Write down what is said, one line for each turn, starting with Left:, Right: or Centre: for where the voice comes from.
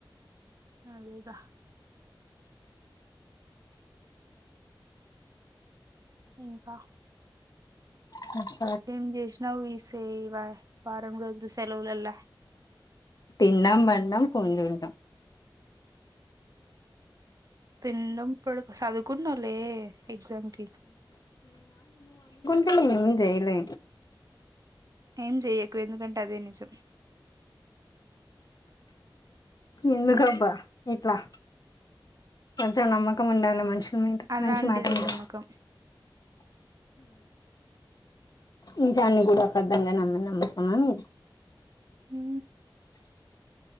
Right: ఉ దా ఇంకా
Left: నీళ్లు సౌండ్
Right: ఏం చేసినావ్ ఈసే ఇవా వారం రోజు సెలవులల
Left: తిన్నాం పండడం ఫోన్ చూడడం
Right: తిన్నాం పడుకోవడం చదువుకున్నాలే ఎగ్జామ్ కి
Left: ఉ ఏం చేయలే
Right: ఏం చెయ్యకు ఎందుకంటే అదే నిజం
Left: ఎందుకుబ్బా ఇట్లా కొంచెం నమ్మ ఉండాలి మనుషుల మీద
Right: అలాంటిది
Left: మంచి మాట మీద
Right: నమ్మకం
Left: నిజాన్ని కూడా అబద్ధం నమ్మి నమ్ముతామా మీరు
Right: ఉ